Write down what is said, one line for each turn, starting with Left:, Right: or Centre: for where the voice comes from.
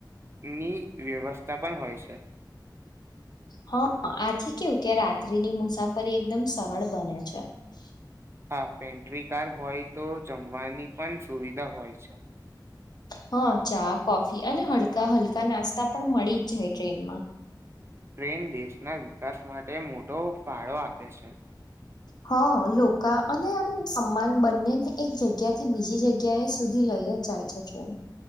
Right: ની વ્યવસ્થા પણ હોય છે.
Left: હા, આથી કેવું કે રાત્રિની મુસાફરી એકદમ સરળ બને છે. <unintelligible>
Right: આ પેન્ટ્રી કાર હોય તો જમવાની પણ સુવિધા હોય છે.
Left: હા ચા કોફી અને હલકા હલકા નાસ્તા પણ મળી જ જાય ટ્રેનમાં.
Right: ટ્રેન દેશના વિકાસ માટે મોટો ફાળો આપે છે.
Left: હા લોકા અને આમ સમાન બંનેને એક જગ્યા થી બીજી જગ્યા એ સુધી લ ઈએ જાય છે ટ્રેન.